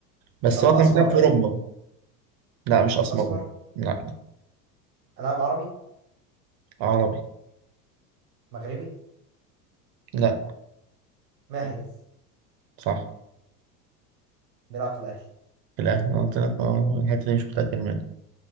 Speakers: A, on the right (about 45°); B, on the right (about 80°).
A: بس
B: طب
A: هو كان
B: أسمر
A: بيلعب
B: طيب
A: في اوروبا لا مش اسمر
B: أسمر
A: لا
B: لاعب عربي
A: عربي
B: مغربي
A: لا
B: محرز
A: صح
B: بيلعب في الأهلي
A: في الاهلي أنا قلت لك آه، الحته دي مش متاكد منها